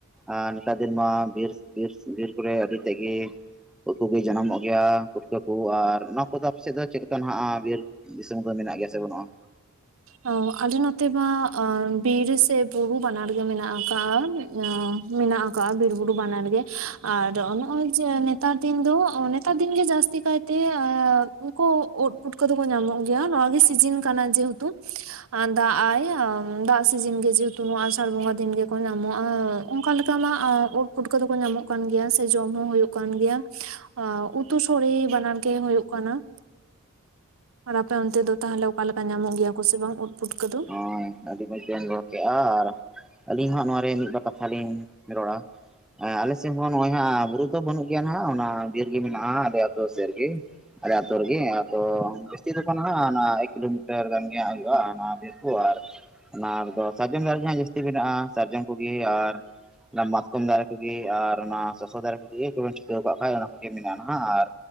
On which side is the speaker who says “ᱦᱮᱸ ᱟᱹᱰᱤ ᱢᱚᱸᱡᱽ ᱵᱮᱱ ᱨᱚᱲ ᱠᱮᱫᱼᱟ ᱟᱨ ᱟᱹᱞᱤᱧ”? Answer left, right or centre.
Centre